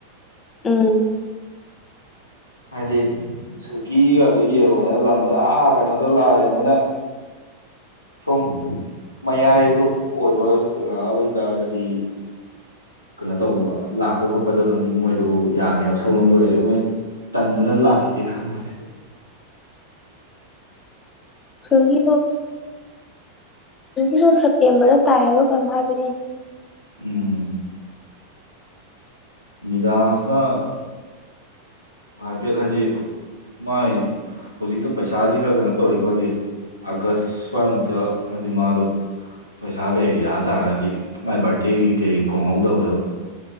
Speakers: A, on the left; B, on the right.
A: ꯎꯝ
B: ꯍꯥꯏꯗꯤ ꯁꯤꯜꯀꯤꯒ ꯑꯗꯨ ꯌꯦꯡꯉꯣꯅꯤꯅ ꯂꯝꯗ ꯀꯩꯅꯣꯗ ꯂꯥꯛꯑꯦ ꯃꯣꯏꯅ ꯁꯣꯝ ꯃꯌꯥꯏ ꯑꯣꯏꯕ ꯖꯒꯥ ꯑꯣꯏꯇꯥꯔꯒꯗꯤ ꯀꯩꯅꯣ ꯇꯧꯕ ꯂꯥꯛꯄ ꯈꯣꯠꯄꯗꯣ ꯑꯗꯨꯝ ꯃꯣꯏꯗꯣ ꯌꯥꯅꯦꯕ ꯁꯣꯝꯂꯣꯝꯗ ꯑꯣꯏꯔ ꯑꯗꯨꯝꯏ ꯇꯟꯅꯅ ꯂꯥꯛꯈꯤꯗ ꯈꯪꯃꯗ
A: ꯁꯨꯡꯒꯤ ꯑꯗꯨꯒꯤꯁꯨ ꯁꯦꯞꯇꯦꯝꯕꯔꯗ ꯇꯥꯏ ꯍꯥꯏꯔ ꯀꯔꯝ ꯍꯥꯏꯒꯅꯤ
B: ꯎꯝ ꯃꯤꯗꯥꯁꯅ ꯍꯥꯏꯐꯦꯠ ꯍꯥꯏꯗꯤ ꯃꯥꯏ ꯍꯧꯖꯤꯛꯇꯣ ꯄꯩꯁꯥꯗꯤ ꯈꯔ ꯀꯩꯅꯣ ꯇꯧꯔꯤꯀꯣꯗꯤ ꯑꯥꯒꯁ ꯁ꯭ꯋꯥꯏꯃꯨꯛꯇ ꯍꯥꯏꯗꯤ ꯃꯥꯗꯣ ꯄꯩꯁꯥ ꯀꯩ ꯌꯥ ꯇꯥꯔꯒꯗꯤ ꯃꯥꯏ ꯕꯥꯔꯗꯦꯒꯤ ꯀꯩ ꯈꯣꯡꯍꯧꯗꯕꯗꯣ